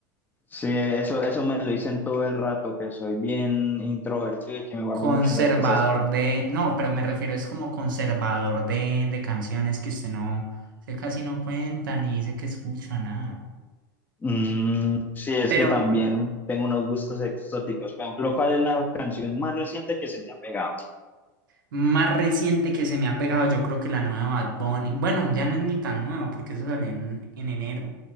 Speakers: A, on the left; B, on the right.
A: Sí, eso, eso me lo dicen todo el rato, que soy bien introvertido y que me guardo
B: Conservador
A: mucho las cosas.
B: de. No, pero me refiero es como conservador de, de canciones que usted no. Usted casi no cuenta ni dice que escucha nada.
A: Mm, sí, es
B: Pero
A: que también tengo unos gustos exóticos. Por ejemplo, ¿cuál es la canción más reciente que se te ha pegado?
B: más reciente que se me ha pegado, yo creo que la nueva Bad Bunny. Bueno, ya no es ni tan nuevo, porque eso salió en en enero.